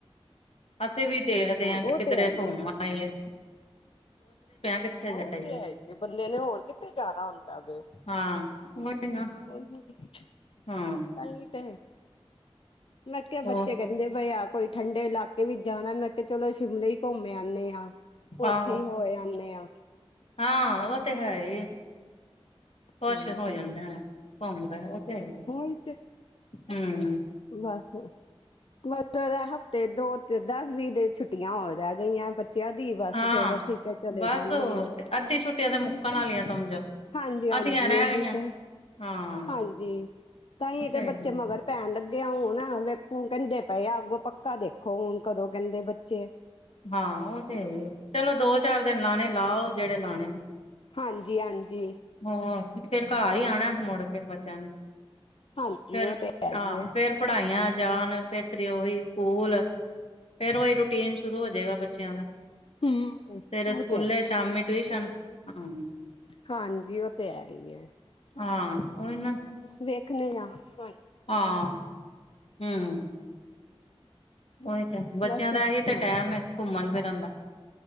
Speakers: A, on the left (about 85°); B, on the left (about 60°).
A: ਅਸੀਂ ਵੀ ਦੇਖਦੇ ਹਾਂ ਕਿ
B: ਉਹ
A: ਕਿਧਰੇ
B: ਤੇ ਹੈ ਹੀ
A: ਘੁੰਮ
B: ਹੈ,
A: ਆ ਹੀ ਆ। ਕਿੱਥੇ ਜਾਈਏ
B: ਉਹ ਤੇ ਹੈ ਈ ਬੰਦੇ ਨੇ ਹੋਰ ਕਿੱਥੇ ਜਾਣਾ ਹੁੰਦਾ ਵੇ।
A: ਹਾਂ ਉਹੀ ਨਾ
B: ਕੋਈ ਨੀ <unintelligible>
A: ਹਾਂ
B: ਤਾਂ ਹੀ ਤੇ ਮੈਂ ਕਿਹਾ ਬੱਚੇ
A: ਉਹ
B: ਕਹਿੰਦੇ ਪਏ ਆ ਕੋਈ ਠੰਡੇ ਇਲਾਕੇ ਵਿੱਚ ਜਾਣਾ ਮੈਂ। ਤੇ ਚਲੋ ਸ਼ਿਮਲੇ ਹੀ ਘੁੰਮ ਆਨੇਂਆਂ
A: ਆਹੋ
B: ਉੱਥੇ ਹੀ ਹੋਯ ਆਨੇਂਆਂ।
A: ਹਾਂ ਉਹ ਤੇ ਹੈ ਈ ਖੁਸ਼
B: ਹਾਂਜੀ
A: ਹੋ ਜਾਂਦਾ ਹੈ। ਘੁੰਮ ਦੇ ਉਹ ਤੇ ਹੈ ਈ
B: ਹੋਰ ਤੇ
A: ਹੂੰ
B: ਬਸ ਮਤਲਬ ਹਫ਼ਤੇ ਦੋ ਹਫ਼ਤੇ ਦਸ ਵੀਹ ਦਿਨ ਛੁੱਟੀਆਂ ਹੋਰ ਆ ਗਈਆਂ ਫਿਰ। ਬਸ
A: ਹਾਂ
B: ਫੇਰ ਅਸੀ ਤਾਂ ਚਲੇ
A: ਬਸ
B: ਜਾਂਨੇਂਆਂ
A: ਉਹ ਅੱਧੀ ਛੁੱਟੀਆਂ
B: ਉਹੀ
A: ਮੁੱਕਣ
B: ਤੇ
A: ਆਲੀਆਂ ਸਮਝੋ
B: ਹਾਂਜੀ-ਹਾਂਜੀ
A: ਅੱਧੀਆਂ ਰਹਿ
B: ਉਹੀਓ
A: ਗਈਆਂ
B: ਤੇ
A: ਹਾਂ
B: ਹਾਂਜੀ ਤਾਂਹੀਓ
A: ਉਹ
B: ਤੇ ਬੱਚੇ
A: ਹੈ
B: ਮਗਰ ਪੈਣ ਲੱਗ ਕਹਿੰਦੇ ਪਏਆਂ ਅੱਗੋ ਪੱਕਾ ਦੇਖੋ ਹੁਣ ਕਦੋਂ ਕਹਿੰਦੇ ਬੱਚੇ।
A: ਹਾਂ ਉਹ ਤੇ ਹੈ ਈ ਐ ਚਲੋ ਦੋ ਚਾਰ ਦਿਨ ਲਾਣੇ ਲਾ ਆਓ ਜਿਹੜੇ ਲਾਣੇ ਨੇ।
B: ਹਾਂਜੀ-ਹਾਂਜੀ
A: ਹੋਰ ਫੇਰ ਘਰ ਹੀ ਆਉਣਾ ਏ ਮੁੜ ਕੇ ਬੱਚਿਆਂ ਨੂੰ।
B: ਹਾਂਜੀ
A: ਫੇਰ
B: ਉਹ ਤੇ ਹੈ
A: ਆਹ
B: ਹੀ ਹੈ
A: ਫੇਰ ਪੜ੍ਹਾਈਆਂ ਜਾਨ ਫੇਰ ਤੇਰੀ ਉਹੀ ਸਕੂਲ ਫੇਰ ਉਹੀ ਰੂਟੀਨ ਚ ਸ਼ੁਰੂ ਹੋ ਜਾਏਗਾ ਬੱਚਿਆਂ ਦਾ।
B: ਹੂੰ
A: ਸਵੇਰੇ ਸਕੂਲੇ
B: ਉਹ ਤੇ ਹੈ
A: ਸ਼ਾਮੀ
B: ਈ ਐ
A: ਟਿਊਸ਼ਨ ਹਾਂ
B: ਹਾਂਜੀ ਉਹ ਤੇ ਹੈ ਈ ਐ।
A: ਹਾਂ ਉਹ ਹੀ ਨਾ।
B: ਵੇਖਨ ਲਈ ਜਾਣਾ।
A: ਹਾਂ ਹੂੰ ਉਹੀ ਤੇ ਬੱਚਿਆਂ
B: ਬਸ ਹਾਂ
A: ਦਾ ਇਹੀ ਤੇ ਟਾਇਮ ਹੈ ਘੁੰਮਨ ਫਿਰਨ ਦਾ।